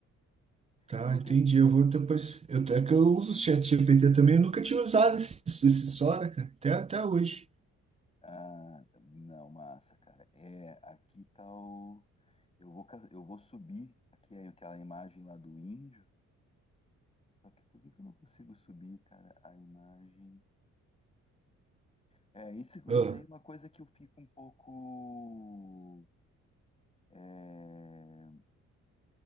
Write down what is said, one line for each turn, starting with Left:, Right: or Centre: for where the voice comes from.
Right: Tá,
Left: Eu tô te-
Right: entendi. Eu vou depois. Eu, é que eu uso o chat GPT também. Eu nunca tinha usado esse, esse Sora, cara. Até, até hoje.
Left: Ah, não, massa, cara. É, aqui tá o. Eu vou, ca- eu vou subir aqui é aquela imagem lá do índio. Só que por que que eu não consigo subir, cara, a imagem? É, isso,
Right: Ah,
Left: isso aí é uma coisa que eu fico um pouco. é,